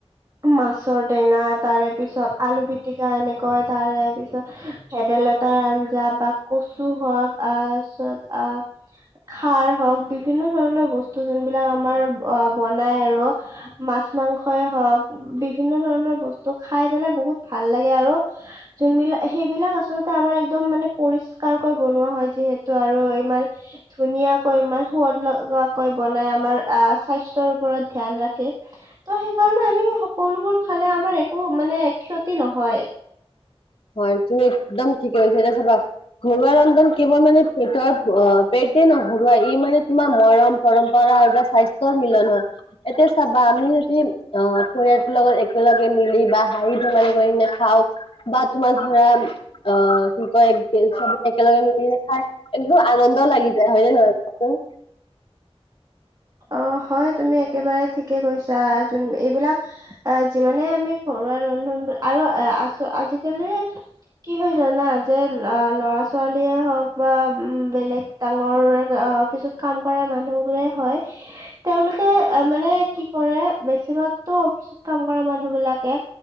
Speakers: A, on the right; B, on the left.
A: মাছৰ টেঙা তাৰে পিছত আলু পিটিকা এনেকৈ তাৰে তাৰপিছত ভেদাইলতাৰ আঞ্জা বা কচু হওক ত পিছত আহ খাৰ হওক বিভিন্ন ধৰণৰ বস্তু যোন বিলাক আমাৰ বনাই আৰু মাছ মাছ মাংসই হওক বিভিন্ন ধৰণৰ বস্তু খাই পেলাই বহুত ভাল লাগে আৰু যোনব লাক সেইবিলাক আচল্ততে আমাৰ একদম মানে পৰিষ্কাৰকৈ বনোৱা হয় যিহেতু আৰু ইমান ধুনীয়াকৈ ইমান সোৱাদ লগাকৈ বনাই আমাৰ স্বাস্থ্ ওপৰত ধীয়্যান ৰাখি ত সেইকাৰণে আমি সকলোবোৰ খালে আমাৰ একো মানে ক্ষতি নহয়
B: হয় দেই একদম ঠিকে কৈছা দেই চবা ঘৰুৱা ৰন্ধজন কেৱল মানে পেটৰ পেটে নহৰুৱা এই মানে তোমাৰ মৰম পৰম্পৰা বা স্বাস্থ্য়ৰ মিলন হয় এতিয়া চাবা আমি যদি অ পৰিয়ালটোৰ লগত একেলগে ম বা হাঁহি ধমালি কৰি নেখাওঁ বা তোমাৰ ধৰা অ কি কয় চব একেলগে মিলি নখাই একো আনন্দ লাগি যায় হয় নে নহয় ক চোন
A: অ হয় তুমি একেবাৰে ঠিকে কৈছা যোন এইবিলাক অ যিমানে আমি ঘৰু আৰু আৰু আজি কালি জানা যে ল'ৰা ছোৱালীয়ে হওক বা বেলেগ ডাঙৰ ু কাম কৰা মানুহ বোৰে হয় তেওঁলোকে মানে কি কৰে বেছিভাগতো অফিচত কাম কৰা মানুহ বিলাকে